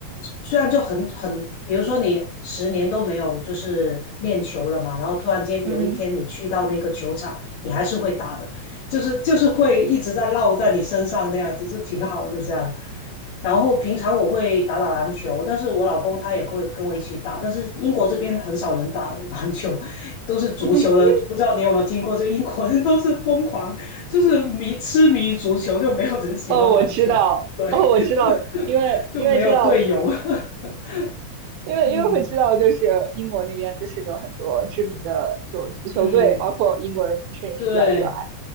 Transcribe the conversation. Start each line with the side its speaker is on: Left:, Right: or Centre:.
Left: 虽然就很很，比如说你十年都没有就是练球了嘛，然后突然间有一天你去到那个球场，
Right: 嗯。
Left: 你还是会打的，就是就是会一直在烙在你身上那样子，就挺好的这样。然后平常我会打打篮球，但是我老公他也会跟我一起打，但是英国这边很少人打篮球，都是足球的。
Right: <laughs>
Left: 不知道你有没有听过，就英国人都是疯狂，就是迷痴迷足球，就没有人喜欢篮球，
Right: 哦，我知道，
Left: 对，
Right: 哦，我知道，
Left: <laughs>
Right: 因为因为知道
Left: 就没有队友。<laughs>
Right: 因为因为会知道，
Left: 嗯
Right: 就是英国那边就是有很多知名的这种足球队，
Left: 嗯，
Right: 包括英国人本身也是比较热爱。
Left: 对